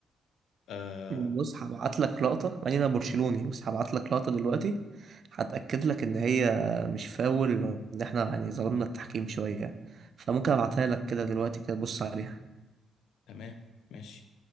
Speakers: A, on the left; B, on the right.
A: آه
B: بص هبعت لك لقطه يعني انا برشلوني بس هبعت لك لقطه دلوقتي هتاكد لك ان هي مش فاول وان احنا يعني ظلمنا التحكيم شويه فممكن ابعتها لك كده دلوقتي كده بص عليها
A: تمام ماشي